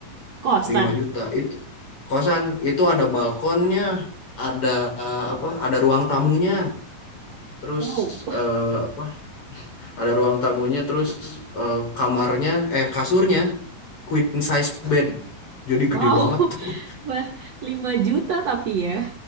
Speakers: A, on the right; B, on the left.
A: kosan.
B: lima juta itu kosan itu ada balkonnya, ada eh, apa? Ada ruang tamunya, terus
A: Wow.
B: eh, apa? Ada ruang tamunya, terus eh, kamarnya eh kasurnya queen size bed. Jadi
A: Wow,
B: gede banget tuh. <laughs>
A: <laughs> wah 5 juta tapi ya.